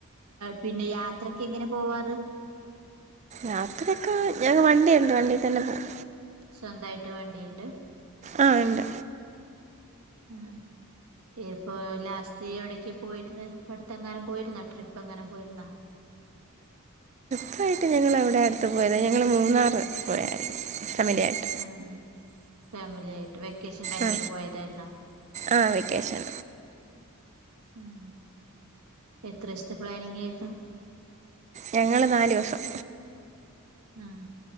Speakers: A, on the right (about 75°); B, on the right (about 30°).
A: പിന്നെ യാത്രക്കെ എങ്ങനെ പോവാറ്
B: യാത്രയൊക്കെ ഞങ്ങ വണ്ടിയുണ്ട് വണ്ടി തന്നെ പോവും
A: സ്വന്തായിട്ട് വണ്ടിണ്ട്
B: ആഹ് ഉണ്ട്
A: ആഹ് ഇപ്പൊ ലാസ്റ്റ് എവിടക്കാ പോയിരന്ന ഇപ്പടുത്തെങ്ങാനും പോയിരുന്നോ ട്രിപ്പ് എങ്ങനും പോയിരുന്നോ
B: ട്രിപ്പായിട്ട് ഞങ്ങളവിടെ അടുത്ത് പോയത് ഞങ്ങൾ മൂന്നാർ പോയായിരുന്നു ഫാമിലിയായിട്ട്
A: ആ ആ ഫാമിലി ആയിട്ട് വെക്കേഷൻ ടൈമില്
B: ആ
A: പോയതായിര്ന്നോ
B: ആ വെക്കേഷൻ
A: ആഹ് എത്രേസത്തെപ്ലാനിങ് ആയ്ര്ന്നു
B: ഞങ്ങള് നാലൂസം
A: ആ